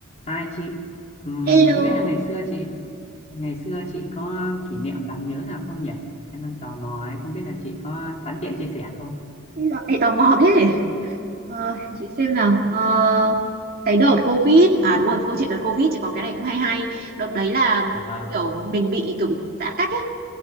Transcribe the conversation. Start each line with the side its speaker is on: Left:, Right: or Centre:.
Left: Hai chị, ừm,
Right: Hello,
Left: không biết là ngày xưa chị ngày xưa chị có kỷ niệm đáng nhớ nào không nhỉ? Em đang tò mò ấy, không biết là chị có sẵn tiện chia sẻ không?
Right: Lại tò mò thế. Ờ, để chị xem nào. Ờ, cái đợt Covid, à đúng rồi, câu chuyện đợt Covid chỉ có cái này cũng hay hay. Đợt đấy là
Left: Dạ vâng.
Right: kiểu mình bị kiểu bị, giãn cách ấy.